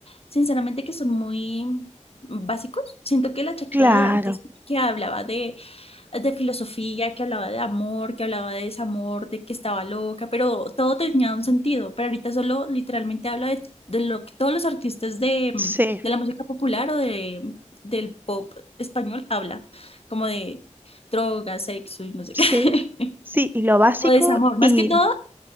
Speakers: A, on the left; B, on the right.
A: sinceramente que son muy básicos. Siento que la Shakira
B: Claro,
A: de antes que hablaba de de filosofía, que hablaba de amor, que hablaba de desamor, de que estaba loca, pero todo tenía un sentido. Pero ahorita solo literalmente habla de, de lo que todos los artistas de, mm,
B: sí,
A: de la música popular o de, mm, del pop español habla, como de drogas, sexo y no sé
B: sí,
A: qué. <laughs>
B: sí, y lo básico
A: O desamor, más
B: y
A: que todo,